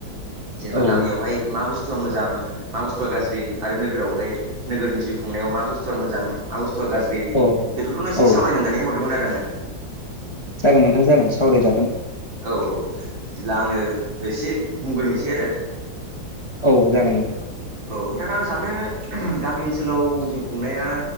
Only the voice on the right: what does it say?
जेनेबा
गामियावहाय मा बुस्थुआ मोजां मा बुस्थुआ गाज्रि आरो नोगोरावहाय नोगोरनि जिउ खुंनायाव मा बुस्थुआ मोजां मा बुस्थुआ गाज्रि ज्रि
बेफोरखौनो इसे
सावरायनो होननानै हरदोंमोन आरो आङो
औ औ लाङो औसि बुंग्रोनोसै आरो
औ नोंथां आं सानो <unintelligible> गामि ओनसोलाव जिउ खुंनाया